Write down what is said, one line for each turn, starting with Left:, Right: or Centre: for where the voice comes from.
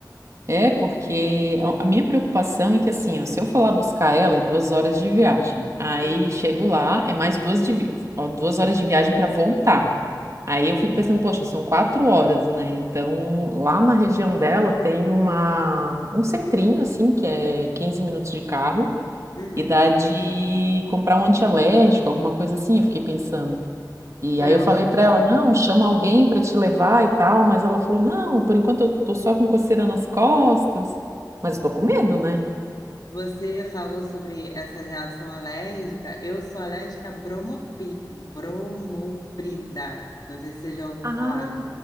Right: É, porque a a minha preocupação é que, assim, ó, se eu for lá buscar ela, é duas horas de viagem. Aí
Left: Hum,
Right: chego lá, é mais duas, de vi- ó, duas horas de viagem para voltar. Aí eu fico pensando, poxa, são quatro horas, né? Então, lá na região dela tem uma, um centrinho, assim, que é 15 minutos de carro,
Left: hum.
Right: e dá de comprar um antialérgico, alguma coisa assim, eu fiquei pensando. E aí
Left: É
Right: eu falei
Left: o antialérgico.
Right: pra ela, não, chama alguém pra te levar e tal, mas ela falou, não, por enquanto eu tô só com coceira nas costas, mas eu tô com medo, né?
Left: Você falou sobre essa reação alérgica. Eu sou alérgica a bromopi, bromoprida. Não sei se você já ouviu
Right: Ah,
Left: falar.